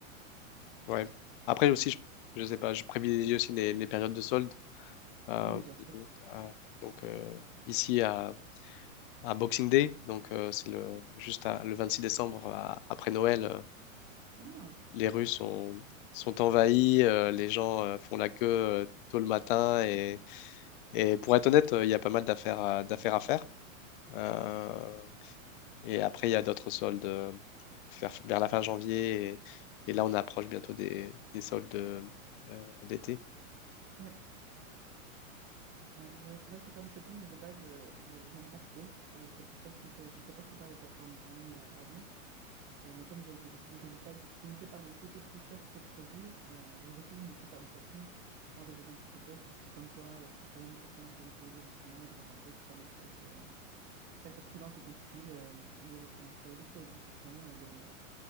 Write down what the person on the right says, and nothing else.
Oui, bien sûr.
Ah,
ouais. Ouais, ouais, c'est vrai que faire du shopping mais de base, euh, je, je n'aime pas trop. Euh, c'est pour ça aussi que j'étais passée par des plateformes en ligne euh, avant. Euh, mais comme j'ai été déçue du résultat et que ça finissait par me coûter plus cher que prévu, euh, je retourne du coup faire du shopping quand j'ai besoin de quelque chose. Parce que comme toi, euh, c'est quand même plus simple d'essayer directement et de voir un peu si ça matche avec euh, ta corpulence et ton style euh, directement. Ça évite les déceptions et, les,